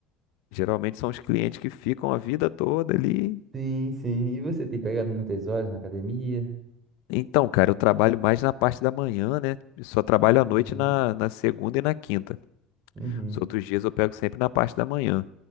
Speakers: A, on the left; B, on the right.
A: Geralmente são os clientes que ficam a vida toda ali.
B: Sim, sim. E você tem pegado muitas horas na academia?
A: Então, cara, eu trabalho mais na parte da manhã, né? Eu só trabalho à noite
B: Uhum,
A: na, na segunda e na quinta.
B: uhum.
A: Os outros dias eu pego sempre na parte da manhã.